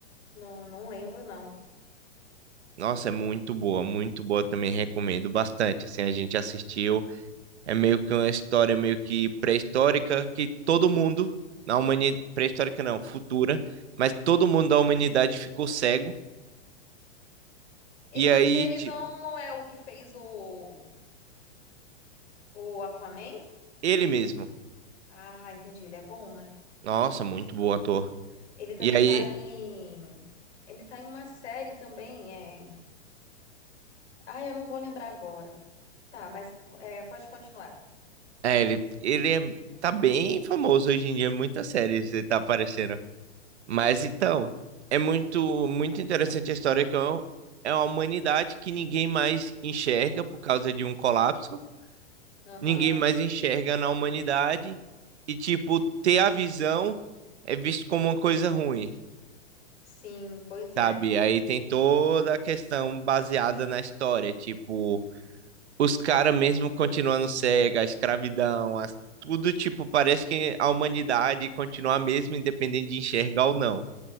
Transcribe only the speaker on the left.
Não, não lembro, não.
Esse
Jason
não é o que fez o, o Aquaman?
Ah, entendi. Ele é bom, né?
Ele também
tá em. Ele tá em uma série também, é. Ah, eu não vou lembrar agora. Tá, mas é, pode continuar.
Sim.
Aham.
Sim, pois é.